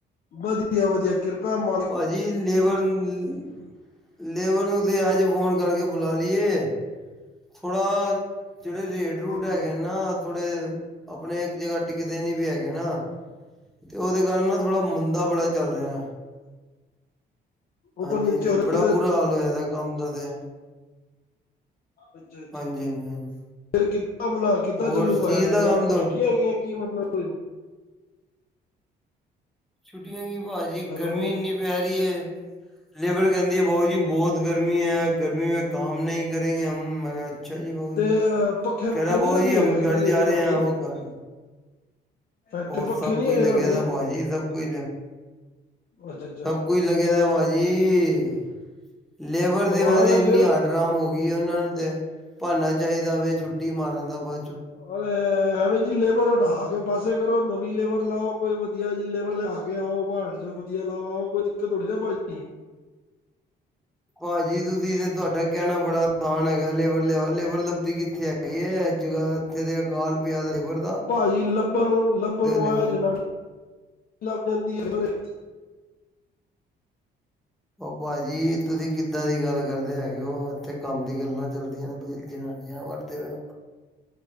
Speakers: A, on the left; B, in the centre.
A: ਵਧੀਆ-ਵਧੀਆ। ਕਿਰਪਾ ਮਾ
B: ਭਾਜੀ ਲੇਬਰ-ਲੇਬਰ ਨੂੰ ਤੇ ਅੱਜ ਫੋਨ ਕਰਕੇ ਬੁਲਾ ਲਈਏ। ਥੋੜਾ ਜਿਹੜੇ ਰੇਟ, ਰੂਟ
A: ਲੱਗ
B: ਹੈਗੇ ਨਾ ਥੋੜੇ ਆਪਣੇ ਇੱਕ ਜਗ੍ਹਾ ਟਿਕਤੇ ਨੀ ਵੀ ਹੈਗੇ ਨਾ। ਤੇ ਉਹਦੇ ਕਾਰਨ ਨਾ ਥੋੜਾ ਮੁੰਦਾ ਬੜਾ ਚੱਲ ਰਿਹਾ। ਹਾਂਜੀ-ਹਾਂਜੀ
A: ਉੱਪਰ ਨੀਚੇ ਹੋ ਰਿਹਾ
B: ਬੜਾ ਬੁਰਾ ਹਾਲ ਹੋਇਆ ਦਾ ਕੰਮ ਦਾ ਤੇ।
A: ਅੱਛਾ-ਅੱਛਾ-ਅੱਛਾ,
B: ਹਾਂਜੀ ਹਾਂਜੀ ਹਾਂਜੀ
A: ਫਿਰ ਕਿ ਕੰਮ ਨਾਲ ਕਿੱਦਾਂ
B: ਹੋਰ
A: ਚੱਲੂ
B: ਸਟੀਲ
A: ਗਾ ਯਾਰ ਮਹੀਨਾ,
B: ਦਾ ਕੰਮ ਤੋਂ
A: ਛੁੱਟੀਆਂ ਹੋਈਆਂ ਕੀ ਮਤਲਬ
B: ਛੁੱਟੀਆਂ ਕੀ ਭਾਜੀ
A: ਹੈਲੋ
B: ਗਰਮੀ ਇੰਨੀ ਪੈ ਰੀ ਏ। ਲੈਵਰ ਕੇਂਦੀ ਏ ਭਊ ਜੀ ਬਹੁਤ ਗਰਮੀ ਐ, ਗਰਮੀ ਮੈਂ ਕੰਮ ਨਈ ਕਰੇਗੇ ਹਮ, ਮੈਂ ਕਿਹਾ ਅੱਛਾ ਜੀ ਬਊ ਜੀ,
A: ਤੇ ਪੱਖੇ
B: ਕਹਿਰਾ
A: ਪੁੱਖੇ ਨੀ
B: ਬਊ
A: ਲੱਗੇ
B: ਜੀ
A: ਹੋਏ
B: ਹਮ
A: ਫੈਕਟਰੀ
B: ਘਰ ਜਾ
A: ਚ
B: ਰਹੇ
A: ਤੁਹਾਡੀ
B: ਐ ਉਹ ਘ
A: ਫੈਕਟਰੀ
B: ਉਰ
A: ਪੱਖੇ
B: ਸਭ
A: ਨੀ
B: ਕੁਝ
A: ਹੈਗੇ
B: ਲੱਗਿਆ
A: ਤੁਹਾਡੇ
B: ਦਾ ਭਾਜੀ ਸਭ ਕੁਝ,
A: ਅੱਛਾ ਅੱਛਾ
B: ਸਭ ਕੋਈ ਲੱਗਿਆ ਭਾਜੀ, ਲੇਬਰ
A: ਕਮਾਲ
B: ਤੇ ਵੈਸੇ
A: ਹੈ
B: ਇੰਨੀ
A: ਫਿਰ
B: ਹੱਡ ਰਾਮ ਹੋ ਗਈ ਉਹਨਾਂ ਨੂੰ ਤੇ, ਭਾਨਨਾ ਚਾਈਦਾ ਛੁੱਟੀ ਮਾਰਨ ਦਾ ਬਾ
A: ਅ ਐਵੇਂ ਜੀ ਲੇਵਰ ਹਟਾ ਕੇ ਪਾਸੇ ਕਰੋ ਨਵੀ ਲੇਵਰ ਲਾਓ। ਕੋਈ ਵਧੀਆ ਜੀ ਲੇਬਰ ਲਿਆ ਕੇ ਆਓ ਬਹਾੜ ਚ ਵਧੀਆ ਲਾਓ ਆਓ ਕੋਈ ਦਿੱਕਤ ਥੁਰੀ ਨਾ ਭਾਈ ਜੀ।
B: ਭਾਜੀ ਤੁਸੀ ਤੇ ਤੁਹਾਡਾ ਕਹਿਣਾ ਬੜਾ ਆਸਾਨ ਹੈਗਾ ਲੇਬਰ ਲਿਆਓ ਲੇਬਰ ਲਬਦੀ ਕਿੱਥੇ ਐ ਐ ਅੱਜਗਾ ਇੱਥੇ ਦੇ ਅਕਾਲ ਪਿਆ ਦਾ ਲੇਵਰ
A: ਭਾਜੀ ਲੱਭਣ ਨੂੰ ਲੱਭਣ ਨੂੰ
B: ਲੇਬਰ
A: ਆਏ ਜਨਾਨ, ਲੱਭ ਜਾਂਦੀ ਐ ਲੇਵਰ ਚ।
B: ਉਹ ਭਾਜੀ ਤੁਸੀਂ ਕਿੱਦਾਂ ਦੀ ਗੱਲ ਕਰਦੇ ਹੈਗੇ ਓ ਇੱਥੇ ਕੰਮ ਦੀ ਗੱਲਾਂ ਚਲਦੀਆਂ ਨੇ ਤੁਹੀ ਜਨਾਨੀਆਂ ਵਾਅਦੇ ਤੇ